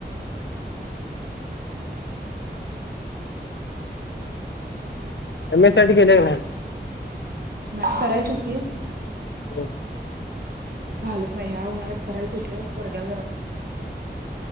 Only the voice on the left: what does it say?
एम एस सी आयटी केलीया का नाही.
हम्